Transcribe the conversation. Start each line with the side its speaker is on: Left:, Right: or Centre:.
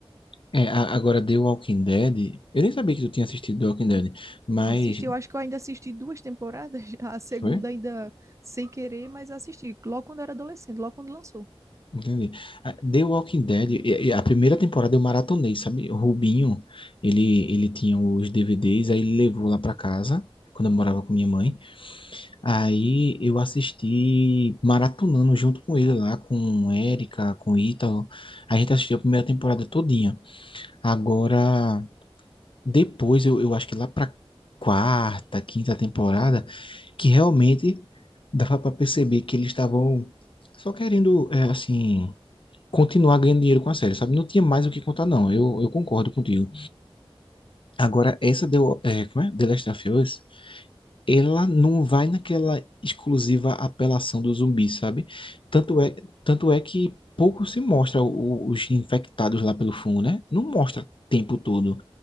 Left: É, a- agora The Walking Dead, eu nem sabia que tu tinha assistido The Walking Dead, mas...
Right: Assisti, eu acho que eu ainda assisti duas temporadas, <laughs> a segunda
Left: Foi?
Right: ainda sem querer, mas assisti logo quando eu era adolescente, logo quando lançou.
Left: Entendi. Ah, The Walking Dead, e- e a primeira temporada eu maratonei, sabe? O Rubinho, ele, ele tinha os DVDs, aí ele levou lá pra casa, quando eu morava com minha mãe. Aí eu assisti maratonando junto com ele lá, com Érica, com Ítalo. A gente assistiu a primeira temporada todinha. Agora, depois, eu, eu acho que lá pra quarta, quinta temporada, que realmente dava pra perceber que eles estavam só querendo, é, assim continuar ganhando dinheiro com a série, sabe? Não tinha mais o que contar, não. Eu, eu concordo contigo. Agora, essa deu, é, como é? The Last of Us, ela não vai naquela exclusiva apelação do zumbi, sabe? Tanto é, tanto é que pouco se mostra o- o- os infectados lá pelo fungo, né? Não mostra o tempo todo.